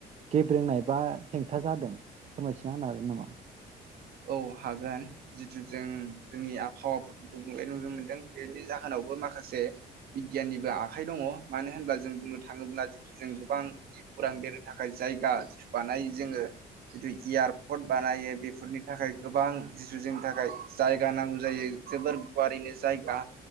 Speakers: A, on the right; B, on the right.
A: गेब्रेंनाय बा हेंथा जादों फोरमायथिना होनो हागोन नामा?
B: औ हागोन जिथु जों जोंनि आबहावाफोरखौ गुबुंले नुनो मोनदों बेनि जाहोनावबो माखासे बिगियाननिबो आखाइ दङ मानो होनब्ला जों बुंनो थाङोब्ला जों गोबां उरां बिरनो थाखाय जायगा बानायो जोङो जिथु एयारपर्ट बारायो बेफोरनि गोबां जिथु जोंनि थाखाय जायगा नांगौ जायो जोबोर गुवारैनो जायगा